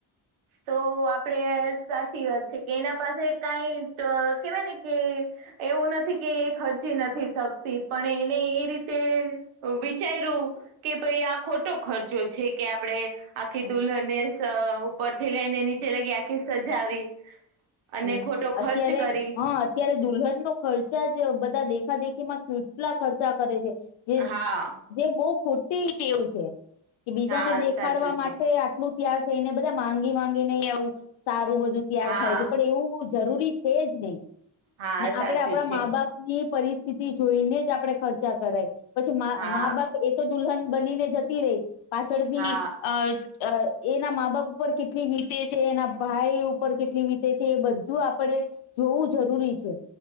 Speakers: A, on the right; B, on the left.
A: તો આપણે સાચી વાત છે કે, એના પાસે કાંઈ ટ કેવાય ને કે- એવું નથી કે એ ખર્ચી નથી શકતી, પણ એને એ રીતે- વિચાઇરૂ- -કે ભાઈ આ ખોટો ખર્ચો છે, કે આપણેે આખી દુલ્હને સ- -ઉપરથી લઈને નીચે લગી, આખી સજાવી, અને
B: હમ
A: ખોટો ખર્ચ
B: અત્યારે
A: કરી-
B: હા અત્યારે દુલ્હનનો ખર્ચા જ, બધા દેખાદેખીમાં કેટલા ખર્ચા કરે છે. જે
A: હા
B: જે, બહુ ખોટી ટેવ છે. કે બીજાને
A: હા
B: દેખાડવા
A: સાચું
B: માટે
A: છે
B: આટલું- તૈયાર થઈને બધા માંગી માંગીને, આવું સારું બધું તૈયાર
A: હા
B: થાય છે. પણ એવું જરૂરી છે જ નહીં.
A: હા
B: ને
A: સાચું
B: આપણેે
A: છે
B: મા બાપ- -ની પરિસ્થિતિ જોઈને જ, આપણે ખર્ચા કરાય. પછી મા
A: હા
B: બાપ- એતો દુલ્હન બનીને જતી રહી, પાછળથી
A: હા
B: અ- -અ એના મા બાપ ઉપર કેટલી વીતે છે, એના ભાઈ ઉપર કેટલી વીતે- -તે જે એ બધું આપણે જોવું જરૂરી છ,